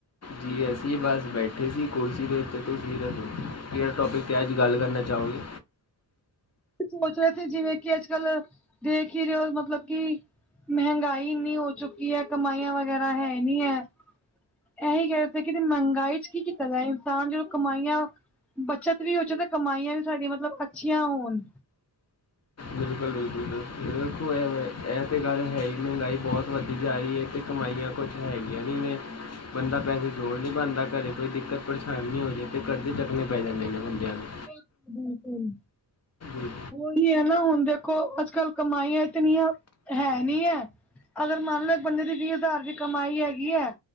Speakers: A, on the left; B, in the centre.
A: ਜੀ ਅਸੀਂ ਬਸ ਬੈਠੇ ਸੀ ਕੁਰਸੀ ਦੇ ਉੱਤੇ ਤੁਸੀ ਦੱਸੋ ਕਿਹੜੇ ਟੋਪਿਕ ਤੇ ਅੱਜ਼ ਗੱਲ਼ ਕਰਨਾਂ ਚਾਹੋਂਗੇ।
B: ਸੋਚ ਰੇ ਥੇ ਜਿਵੇਂ ਕਿ ਅੱਜ਼ ਕੱਲ ਦੇਖ ਈ ਰਹੇਂ ਔ, ਮਤਲਬ ਕਿ ਮਹਿੰਗਾਈ ਏਨੀਂ ਹੋ ਚੁੱਕੀ ਹੈ, ਕਮਾਈਆਂ ਵਗ਼ੈਰਾ ਹੈ ਨੀ ਹੈ। ਐਹੀ ਕਹਿ ਰੇ ਥੇ ਕਿ ਮਹਿੰਗਾਈ ਚ ਕੀ ਕੀਤਾ ਜਾਏ ਤਾਂ ਜ਼ੋ ਕਮਾਈਆਂ ਬੱਚਤ ਵੀ ਹੋ ਚ ਤੇ ਕਮਾਈਆਂ ਵੀ ਸਾਡੀਆਂ ਮਤਲਬ ਅੱਛੀਆਂ ਹੋਣ।
A: ਬਿਲਕੁਲ- ਬਿਲਕੁਲ, ਬਿਲਕੁਲ। ਬਿਲਕੁਲ ਐਹ ਤੇ ਗੱਲ ਹੈ ਈ ਮਹਿੰਗਾਈ ਬਹੁਤ ਵੱਧਦੀ ਜਾ ਰਹੀ ਏਂ, ਤੇ ਕਮਾਈਆਂ ਕੁੱਛ ਹੈਗੀਆਂ ਨੀਂ ਏ। ਬੰਦਾਂ ਪੈਸੇ ਜੋੜ ਨਹੀਂ ਪਾਂਦਾ, ਘਰੇਂ ਕੋਈ ਦਿੱਕਤ ਪਰੇਸ਼ਾਨੀ ਹੋਜੇ ਤੇ ਕਰਜ਼ੇ ਚੱਕਣੇ ਪੈ ਜਾਂਦੇ ਨੇ ਬੰਦਿਆ ਨੂੰ।
B: ਬਿਲਕੁਲ- ਬਿਲਕੁਲ।
A: ਜੀ
B: ਉਹੀ ਐ ਨਾ, ਹੁਣ ਦੇਖੋ ਅੱਜ ਕੱਲ ਕਮਾਈਆਂ ਇਤਨੀਆਂ ਹੈ ਨੀ ਐ। ਅਗਰ ਮੰਨ ਲਓ ਇੱਕ ਬੰਦੇ ਦੀ ਵੀਹ ਹਜ਼ਾਰ ਵੀ ਕਮਾਈ ਹੈਗੀ ਐ।